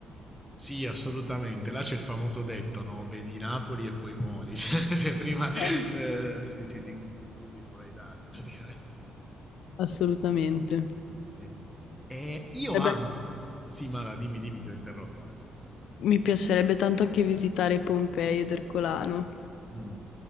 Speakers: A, in the centre; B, on the left.
A: Sì, assolutamente. Là c'è il famoso detto, no? Vedi Napoli e poi muori. <laughs> Cioè, cioè, prima, eh,
B: Eh,
A: sì, sì, things to do before I die, praticamente.
B: assolutamente.
A: Sì. E io anche...
B: E beh,
A: Sì, Mara, dimmi, dimmi, ti ho interrotto, anzi, scusa.
B: mi piacerebbe tanto anche visitare Pompei ed Ercolano,
A: Mh,